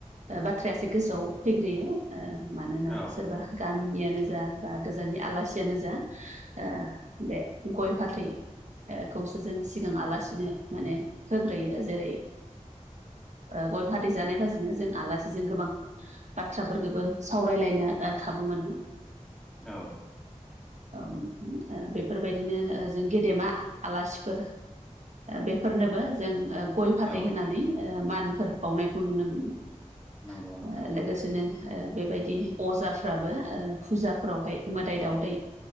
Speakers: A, on the right; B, in the centre.
A: बाथ्रायासो गोसोआव फैग्रोयो। ओ मानोना
B: औ
A: सोरबा गामिनियानो जा बा गोजाननि आलासियानो जा जा ओ बे गय फाथै। ओ खौसो जों सिगाङ आलासिनो माने होग्रोयो जेरै ओ गय फाथै जानाय फाजिनो जों आलासिजों गोबां बाथ्राफोरखौबो सावरायलायनो खाबु मोनो।
B: औ
A: औ ओ बेफोरबायदिनो जों ओ गेदेमा आलासिफोर ओ बेफोरनोबो जों ओ गय फाथै
B: औ
A: होनानै ओ मानफोर होनानौ बावनायखौ नुनो मोनो
B: नंगौ नोंथां
A: ओ लोगोसेनो ओ बेबायदि अजाफ्राबो ओ फुजाफ्रावहाय मोदाय
B: औ
A: दावदै